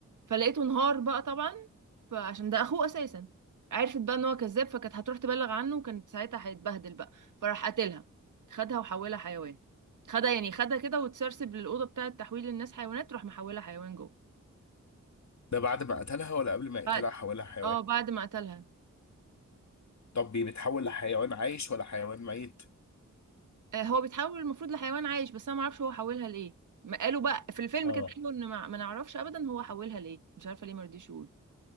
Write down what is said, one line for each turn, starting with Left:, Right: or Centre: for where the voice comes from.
Right: فلقيته انهار بقى طبعا فعشان ده اخوه اساسا عرفت بقى ان هو كذاب فكانت هتروح تبلغ عنه وكانت ساعتها هيتبهدل بقى فراح قتلها خدها وحولها حيوان خدها يعني خدها كده وتسرسب للأوضة بتاعة تحويل الناس حيوانات راح محولها حيوان جوه
Left: ده بعد ما قتلها ولا قبل ما يقتلها
Right: بعد
Left: حولها حيوان
Right: اه بعد ما قتلها
Left: طب بيتحول لحيوان عايش ولا حيوان ميت؟
Right: آه، هو بيتحول المفروض لحيوان عايش بس انا ما اعرفش هو حولها ليه ما قالوا بقى في الفيلم
Left: اه
Right: كده قالوا ان ما ما نعرفش ابدا هو حولها ليه مش عارفه ليه ما رضيش يقول